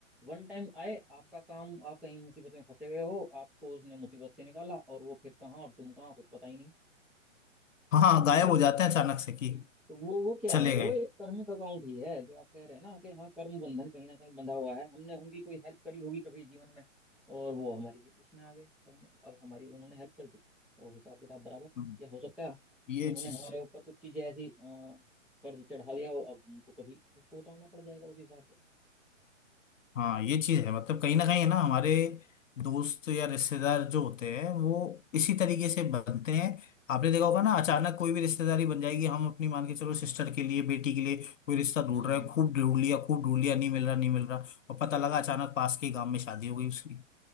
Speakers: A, in the centre; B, on the left.
A: वन टाइम आए आपका काम आप कहीं मुसीबत में फंसे हुए हो आपको उसने मुसीबत से निकाला और वो फिर कहाँ और तुम कहाँ कुछ पता ही नहीं
B: हाँ हाँ, गायब
A: तो वो
B: हो जाते हैं अचानक से कि
A: हम्म, तो वो वो क्या
B: चले
A: है वो
B: गए
A: एक कर्मिक अकाउंट ही है जो आप कह रहे हैं ना कि हाँ कर्म बंधन कहीं ना कहीं बंधा हुआ है हमने उनकी कोई हेल्प करी होगी कभी जीवन में और वो हमारी जी- उसमें आ गए करने अब हमारी उन्होंने हेल्प कर दी और हिसाब किताब बराबर
B: हम्म,
A: या हो सकता है
B: ये
A: उन्होंने
B: चीज
A: हमारे ऊपर कुछ चीजें ऐसी अ, कर्ज चढ़ा दिया हो अब हमको कभी उसको उतारना पड़ जाएगा उस हिसाब से
B: हाँ ये चीज है मतलब कहीं ना कहीं है ना हमारे दोस्त या रिश्तेदार जो होते हैं वो इसी तरीके से बनते हैं आपने देखा होगा ना अचानक कोई भी रिश्तेदारी बन जाएगी हम अपनी मान के चलो सिस्टर के लिए बेटी के लिए कोई रिश्ता ढूंढ
A: हम्म,
B: रहे हैं खूब ढूंढ लिया खूब ढूंढ लिया नहीं मिल रहा नहीं मिल रहा और पता लगा अचानक पास के गांव में शादी हो गई उसकी